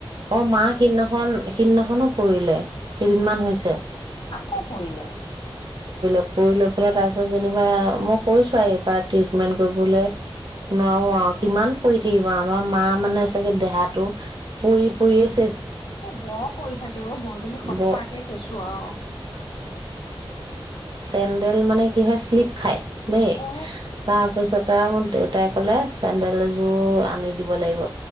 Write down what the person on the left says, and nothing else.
আকৌ পৰিলে
এ বৰ কৰি থাকে অ বহুজনী সঁচাকে
কৈছো আৰু
অ